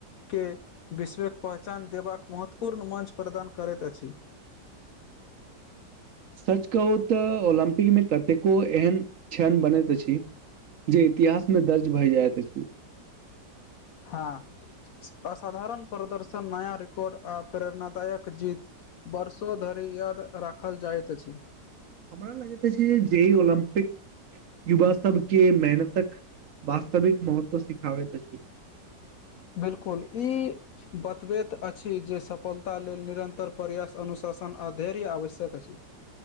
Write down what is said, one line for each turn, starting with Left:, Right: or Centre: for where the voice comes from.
Left: के विश्वक पहचान देबाक महत्वपूर्ण मंच प्रदान करैत अछि
Right: सच कहू तऽ ओलम्पिक मे कतेको एहन क्षण बनैत अछि जे इतिहास मे दर्ज भए जाएत अछि
Left: हॉं असाधारण प्रदर्शन नया रिकॉर्ड आ प्रेरणादायक जीत वर्षों धरि याद राखल जाइत अछि
Right: हमरा लगित अछि जे ई ओलम्पिक युवा सब के मेहनतक वास्तविक महत्व सिखाबैत अछि
Left: बिलकुल ई बतबैत अछि जे सफलता लेल निरन्तर प्रयास अनुशासन आ धैर्य आवश्यक अछि